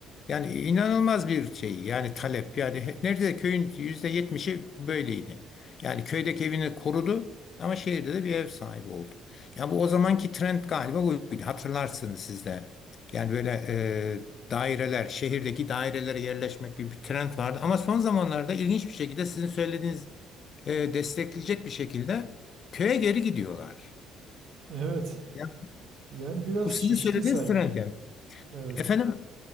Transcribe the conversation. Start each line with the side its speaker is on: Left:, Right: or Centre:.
Left: Yani inanılmaz bir şey yani talep yani he- neredeyse köyün yüzde yetmişi böyleydi. Yani köydeki evini korudu ama şehirde de bir ev sahibi oldu. Ya bu o zamanki trend galiba buydu. Hatırlarsınız siz de. Yani böyle e, daireler, şehirdeki dairelere yerleşmek gibi bir trend vardı. Ama son zamanlarda ilginç bir şekilde sizin söylediğiniz e, destekleyecek bir şekilde köye geri gidiyorlar.
Right: Evet,
Left: Ya
Right: Yani biraz
Left: bu sizin
Right: şişti
Left: söylediğiniz
Right: sanki.
Left: trend yani.
Right: Evet.
Left: Efendim?